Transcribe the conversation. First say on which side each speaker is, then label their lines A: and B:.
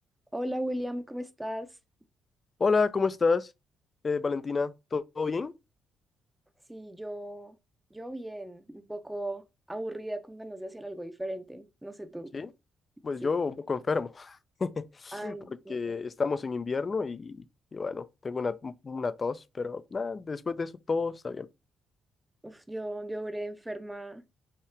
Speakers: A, in the centre; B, on the left (about 35°).
A: Hola William, ¿cómo estás?
B: Hola, ¿cómo estás? Eh, Valentina, ¿todo todo bien?
A: Sí, yo, yo bien, un poco aburrida con ganas de hacer algo diferente, no sé tú.
B: Sí, pues
A: Sí.
B: yo un poco enfermo, <laughs>
A: Ay,
B: porque
A: no.
B: estamos en invierno y, y bueno, tengo una, una tos, pero nada, después de eso todo está bien.
A: Uf, yo, yo duré enferma